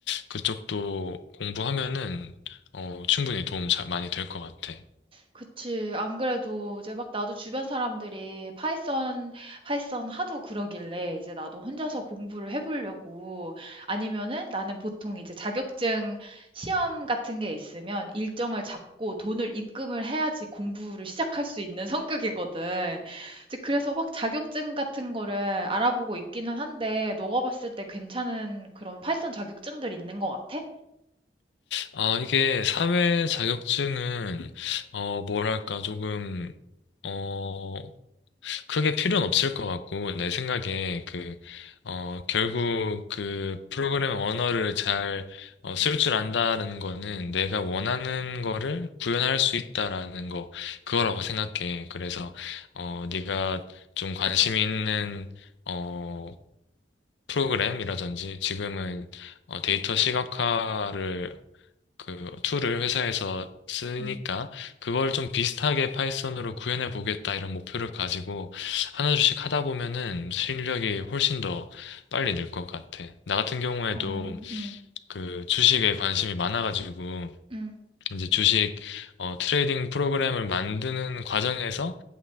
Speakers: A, on the left (about 80°); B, on the right (about 30°).
A: 그쪽도 공부하면은 어, 충분히 도움 잘 많이 될 것 같아.
B: 그치. 안 그래도 이제 막 나도 주변 사람들이 파이썬, 파이썬 하도 그러길래 이제 나도 혼자서 공부를 해보려고 아니면은 나는 보통 이제 자격증 시험 같은 게 있으면 일정을 잡고 돈을 입금을 해야지 공부를 시작할 수 있는 <laughs> 성격이거든. 이제 그래서 막 자격증 같은 거를 알아보고 있기는 한데 너가 봤을 때 괜찮은 그런 파이썬 자격증들 있는 것 같아?
A: 아, 이게 사회 자격증은 어, 뭐랄까 조금 어, 크게 필요는 없을 것 같고, 내 생각에 그, 어, 결국 그 프로그램 언어를 잘, 어, 쓸 줄 안다는 거는 내가 원하는 거를 구현할 수 있다라는 거, 그거라고 생각해. 그래서, 어, 네가 좀 관심 있는, 어, 프로그램이라든지 지금은 어, 데이터 시각화를 그 툴을 회사에서 쓰니까
B: 음.
A: 그걸 좀 비슷하게 파이썬으로 구현해 보겠다 이런 목표를 가지고 하나씩 하다 보면은 실력이 훨씬 더 빨리 늘 것 같아. 나 같은 경우에도
B: 어, 음,
A: 그 주식에 관심이 많아가지고
B: 음.
A: 이제 주식 어, 트레이딩 프로그램을 만드는 과정에서